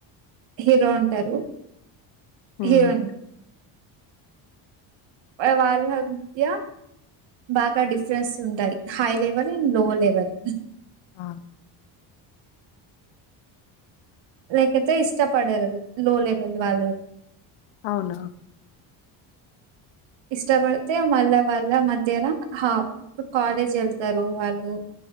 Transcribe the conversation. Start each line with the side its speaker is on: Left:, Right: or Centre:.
Right: హీరో ఉంటారు
Left: హ్మ్
Right: ఏవం వాళ్ళ మధ్య బాగా డిఫరెన్స్ ఉంటాయి. High level in low level.
Left: ఆ
Right: లేకతే ఇష్టపడరు లో లెవెల్ వాళ్ళారు
Left: అవునా
Right: ఇష్టపడితే మళ్ళా వాళ్ళ మధ్యన హాఫ్ కాలేజ్ వెళ్తారు వాళ్ళు